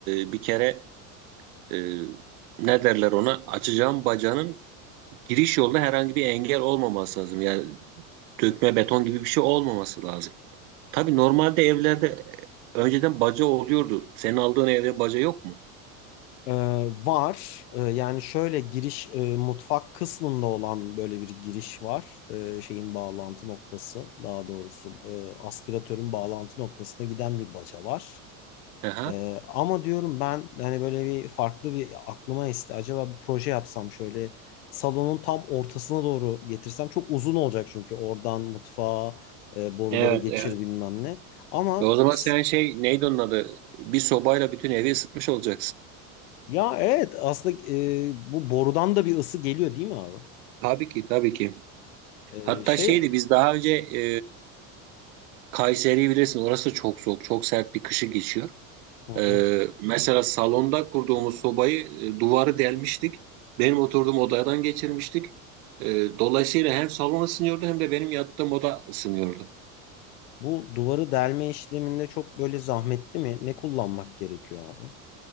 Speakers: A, on the right; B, on the left.
A: e, bir kere e, ne derler ona açacağım bacanın giriş yolda herhangi bir engel olmaması lazım. Yani dökme beton gibi bir şey olmaması lazım. Tabii normalde evlerde önceden baca oluyordu. Senin aldığın evde baca yok mu?
B: Ee, var. Ee, yani şöyle giriş e, mutfak kısmında olan böyle bir giriş var. Ee, şeyin bağlantı noktası daha doğrusu e, aspiratörün bağlantı noktasına giden bir baca var.
A: Aha.
B: Ee, ama diyorum ben hani böyle bir farklı bir aklıma esti. Acaba bir proje yapsam şöyle salonun tam ortasına doğru getirsem çok uzun olacak çünkü oradan mutfağa e, boruları
A: Evet,
B: geçir
A: evet.
B: bilmem ne. Ama
A: E o zaman
B: s-
A: sen şey neydi onun adı? Bir sobayla bütün evi ısıtmış olacaksın.
B: ya evet aslında e, bu borudan da bir ısı geliyor değil mi abi?
A: Tabii ki, tabii ki.
B: Ee,
A: Hatta
B: şey,
A: şeydi biz daha önce e, Kayseri'yi bilirsin. Orası çok soğuk, çok sert bir kışı geçiyor.
B: hı hı.
A: E, mesela salonda kurduğumuz sobayı e, duvarı delmiştik. Benim oturduğum odadan geçirmiştik. E, dolayısıyla hem salon ısınıyordu hem de benim yattığım oda ısınıyordu.
B: Bu duvarı delme işleminde çok böyle zahmetli mi? Ne kullanmak gerekiyor abi?